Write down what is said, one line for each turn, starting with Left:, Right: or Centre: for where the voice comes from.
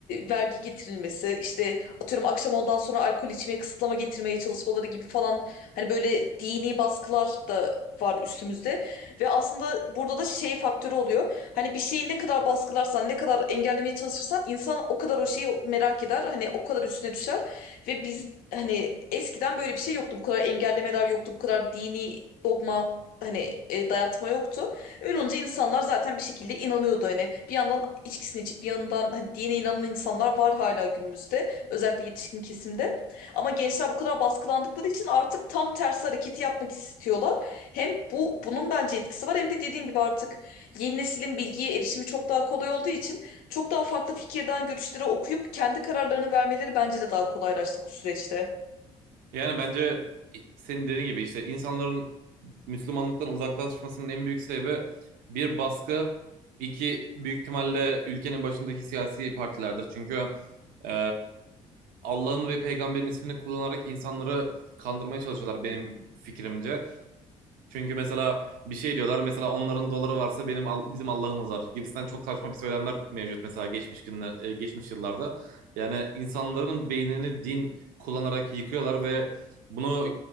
Left: vergi getirilmesi, işte atıyorum akşam ondan sonra alkol içmeye kısıtlama getirmeye çalışmaları gibi falan hani böyle dini baskılar da var üstümüzde ve aslında burada da şey faktörü oluyor. Hani bir şeyi ne kadar baskılarsan, ne kadar engellemeye çalışırsan insan o kadar o şeyi merak eder. Hani o kadar üstüne düşer ve biz hani eskiden böyle bir şey yoktu. Bu kadar engellemeler yoktu. Bu kadar dini dogma hani e, dayatma yoktu. Öyle olunca insanlar zaten bir şekilde inanıyordu hani. Bir yandan içkisini içip bir yandan hani dine inanan insanlar var hala günümüzde. Özellikle yetişkin kesimde. Ama gençler bu kadar baskılandıkları için artık tam tersi hareketi yapmak istiyorlar. Hem bu bunun bence etkisi var hem de dediğin gibi artık yeni neslin bilgiye erişimi çok daha kolay olduğu için çok daha farklı fikirden görüşlere okuyup kendi kararlarını vermeleri bence de daha kolaylaştı bu süreçte.
Right: Yani bence senin dediğin gibi işte insanların Müslümanlıktan uzaklaşmasının en büyük sebebi bir baskı, iki büyük ihtimalle ülkenin başındaki siyasi partilerdir. Çünkü e, Allah'ın ve peygamberin ismini kullanarak insanları kandırmaya çalışıyorlar benim fikrimce. Çünkü mesela bir şey diyorlar mesela onların doları varsa benim al- bizim Allah'ımız var gibisinden çok saçma bir söylemler mevcut mesela geçmiş günler e, geçmiş yıllarda. Yani insanların beynini din kullanarak yıkıyorlar ve bunu